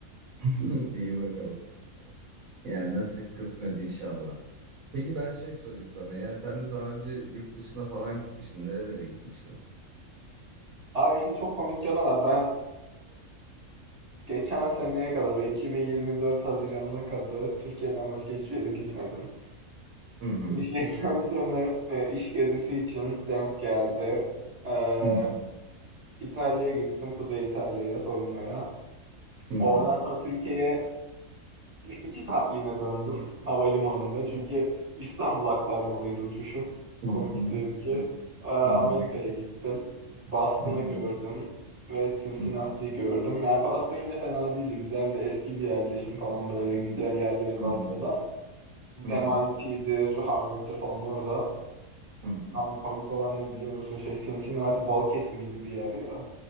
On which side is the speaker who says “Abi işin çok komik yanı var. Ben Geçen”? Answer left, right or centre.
Right